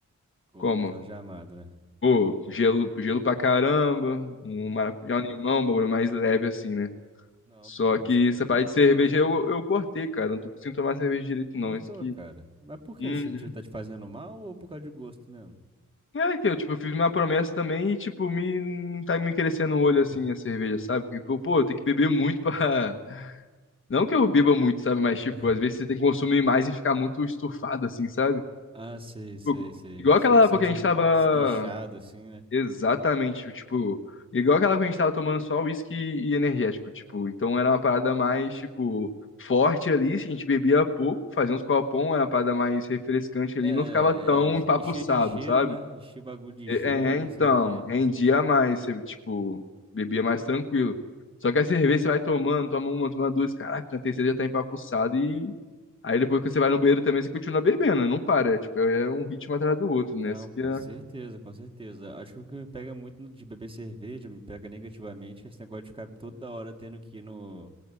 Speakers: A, on the right; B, on the left.
A: Com
B: como?
A: o Nuno Jorge Amado, né?
B: Pô, gelo, gelo pra caramba, um maracujá, um limão, um bagulho mais leve assim, né?
A: Não,
B: Só
A: pô, com
B: que
A: certeza.
B: essa parte de cerveja eu, eu cortei, cara. Eu Não tô conseguindo tomar cerveja direito,
A: Cortou,
B: não. Isso que.
A: cara. Mas por que?
B: Uhum.
A: Se o tiro tá te fazendo mal ou por causa de gosto mesmo?
B: É que eu, tipo, fiz minha promessa também e, tipo, me não tá me crescendo o olho assim a cerveja, sabe? Porque, pô, pô, eu tenho que beber muito pra. <laughs> Não que eu beba muito, sabe? Mas, tipo,
A: <laughs>
B: às vezes você tem que consumir mais e ficar muito estufado, assim, sabe?
A: Ah, sei,
B: Tipo,
A: sei, sei.
B: igual
A: Fica
B: aquela
A: sente
B: época que a gente tava.
A: inchado, assim, né?
B: Exatamente, tipo, igual aquela que a gente tava tomando só uísque e energético, tipo, então era uma parada mais, tipo, forte ali, a gente bebia pouco, fazia uns copão, era uma parada mais refrescante ali,
A: É,
B: não ficava tão
A: é.
B: empapuçado,
A: Encher de gelo,
B: sabe?
A: né? Encher o bagulho de
B: É,
A: gelo,
B: é, então,
A: não sei o quê.
B: rendia mais, você, tipo, bebia mais tranquilo. Só que a cerveja você vai tomando, toma uma, toma duas, caraca, na terceira já tá empapuçado e aí depois que você vai no banheiro também você continua bebendo, não para, tipo, é um ritmo atrás do outro,
A: Não,
B: né? Isso
A: com
B: que é...
A: certeza, com certeza. Acho que o que me pega muito no- de beber cerveja, me pega negativamente, é esse negócio de ficar toda hora tendo que ir no,